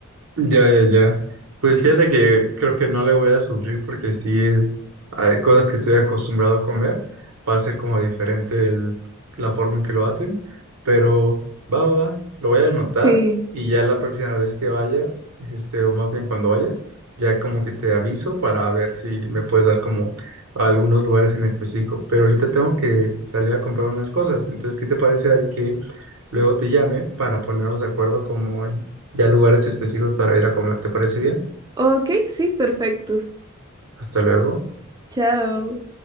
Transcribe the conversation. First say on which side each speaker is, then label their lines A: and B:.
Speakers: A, on the right; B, on the right.
A: Ya, ya, ya. Pues fíjate que creo que no le voy a sufrir porque sí es, hay cosas que estoy acostumbrado a comer, va a ser como diferente el- la forma en que lo hacen, pero va, va, va, lo voy a anotar
B: Sí.
A: y ya la próxima vez que vaya, este, o más bien cuando vaya, ya como que te aviso para ver si me puedes dar como algunos lugares en específico, pero ahorita tengo que salir a comprar unas cosas, entonces, ¿qué te parece, Ari, que Luego te llame para ponernos de acuerdo como en ya lugares específicos para ir a comer. ¿Te parece bien?
B: Ok, sí, perfecto.
A: Hasta luego.
B: Chao.